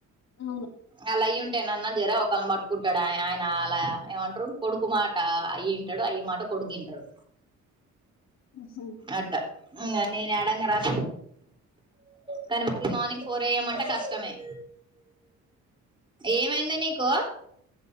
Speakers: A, on the left; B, on the right.
A: అవును
B: అలా అయ్య ఉంటేనన్నా జర ఒకళ్ళని మట్టుకుంటాడు ఆ ఆయన అలా ఏమంటారు కొడుకు మా మాట అయ్యుంటాడు అయ్య మాట కొడుకు ఇంటడు
A: ఉ హు
B: అట్టా నేను అడంగ రాను కానీ మరీ మార్నింగ్ ఫోర్ ఏఎం అంటే కష్టమే ఏమైంది నీకు